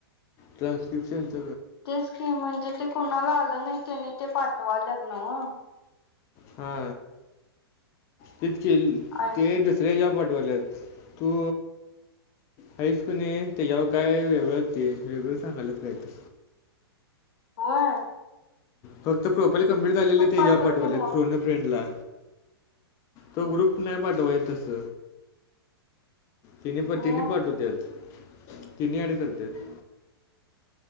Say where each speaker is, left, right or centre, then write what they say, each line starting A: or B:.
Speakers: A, on the left; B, on the left.
A: ट्रान्स्क्रिप्शनच....
B: ते स्कीम म्हणजे ते कुणाला आलं नाही त्यानी ते पाठवालेत नव्ह.....
A: हा.... ते स्किल....
B: आय
A: ते जॉब पाठवायलेत तू..... हासकून त्याच्यावर काय वेगळंच ते वेगळं सांगालाच काय तर.....
B: हा.....
A: फक्त प्रोफाईल कम्प्लीट झालेले ते
B: पाठव
A: जॉब पाठवाले
B: की मग
A: फोन अ फ्रेंडला... तो ग्रुप नाही पाठवाय तस.... तेनी प तेणी
B: मग
A: पाठवतत तिनी ऍड करतात.....